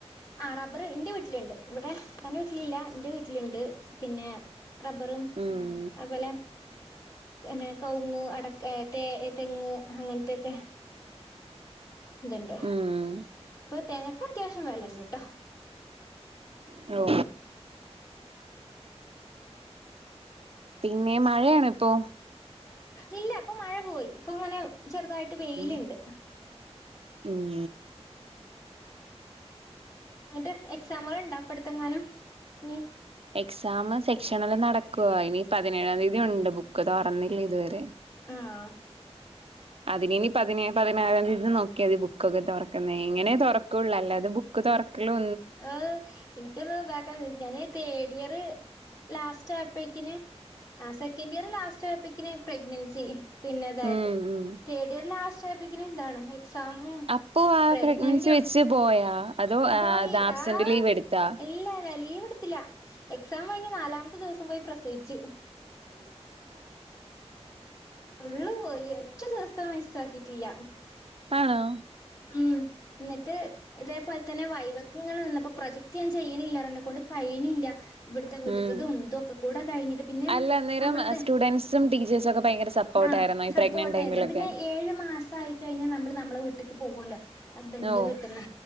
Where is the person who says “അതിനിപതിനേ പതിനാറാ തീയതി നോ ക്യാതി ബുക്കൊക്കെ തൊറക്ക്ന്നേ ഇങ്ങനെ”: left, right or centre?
Right